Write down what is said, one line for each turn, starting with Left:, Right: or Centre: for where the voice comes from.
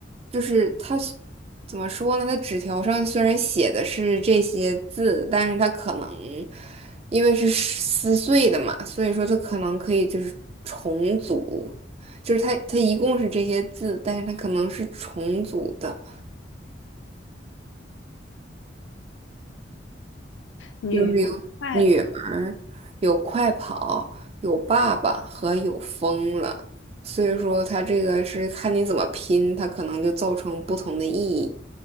Right: 就是它是怎么说呢？它纸条上虽然写的是这些字，但是它可能因为是撕碎的嘛，所以说它可能可以就是重组，就是它它一共是这些字，但是它可能是重组的，
Left: 女儿快
Right: 就是有女儿，有快跑，有爸爸和有疯了，所以说它这个是看你怎么拼，它可能就造成不同的意义。